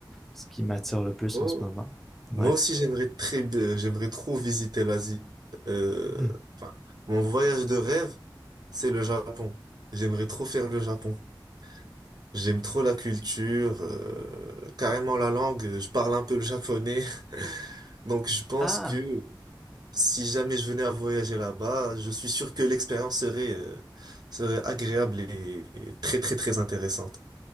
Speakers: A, in the centre; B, on the right (about 50°).
A: ce qui m'attire le plus
B: Oh.
A: en ce moment. Ouais.
B: Moi aussi, j'aimerais très, euh, j'aimerais trop visiter l'Asie. Euh,
A: Hmm.
B: enfin, mon voyage de rêve, c'est le Japon. J'aimerais trop faire le Japon. J'aime trop la culture, euh, carrément la langue. Je parle un peu le japonais. <laughs> Donc je pense
A: Ah,
B: que si jamais je venais à voyager là-bas, je suis sûr que l'expérience serait, euh, serait agréable et et très très très intéressante.